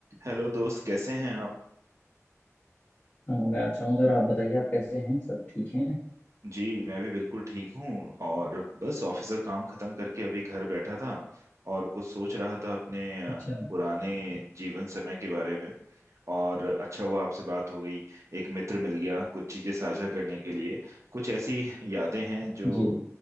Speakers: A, on the right; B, on the left.
A: Hello दोस्त कैसे हैं आप
B: हाँ मैं अच्छा हूँ सर आप बताइए आप कैसे हैं सब ठीक हैं
A: जी मैं भी बिल्कुल ठीक हूँ और बस ऑफिस का काम खत्म करके अभी घर बैठा था और कुछ सोच रहा था अपने
B: अच्छा
A: अ, पुराने जीवन समय के बारे में और अच्छा हुआ आपसे बात हो गई एक मित्र मिल गया कुछ चीजें साझा करने के लिए कुछ ऐसी यादें हैं जो
B: जी